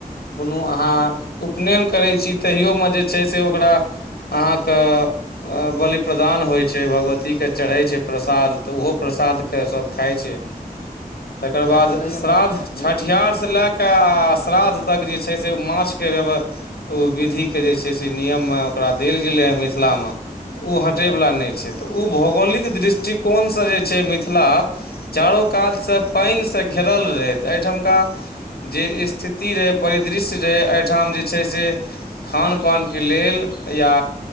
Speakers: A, on the left; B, on the left.
A: कुनू अहाँ उपनयन करैत छी तहियोमे जे छै से ओकरा अहाँके बलि प्रदान होइ छै भगवतीके चढ़ै छै प्रसाद तऽ ओहो प्रसादके सभ खाइ छै तकर बाद
B: एना कहियौ
A: श्राद्ध
B: ने
A: छठिहार
B: मिथिल
A: से लए क आ श्रादध जे छै से माछ के वव्य विधि के जे छै से नियम औकरा देल गेल ह मिथिलामे तऽ ओ
B: हँ
A: हटै वला नहि छै तऽ ओ भौगोलिक दृष्टिक कोन से जे छै मिथिला चारो कात स पैन स घेरल रहे तऽ एहिठामका जे स्थिति रहै परिदृश्य रहै एहिठाम जे छै से खानपानके लेल या